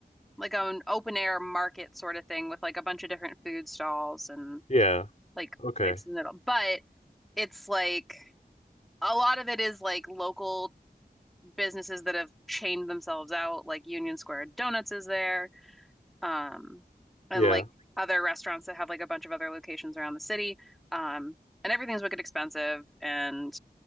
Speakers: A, in the centre; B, on the left (about 45°).
A: like an open air market sort of thing with like a bunch of different food stalls and
B: Yeah.
A: like
B: Okay.
A: places in the middle. But it's like a lot of it is like local businesses that have chained themselves out, like Union Square Donuts is there, um, and
B: Yeah.
A: like other restaurants that have like a bunch of other locations around the city. Um, and everything's wicked expensive and